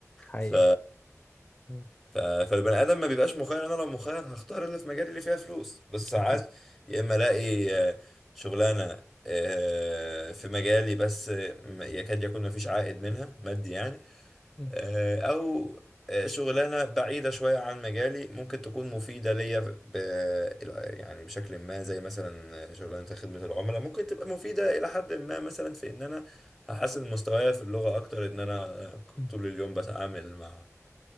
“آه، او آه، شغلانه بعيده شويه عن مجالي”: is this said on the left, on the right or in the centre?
Centre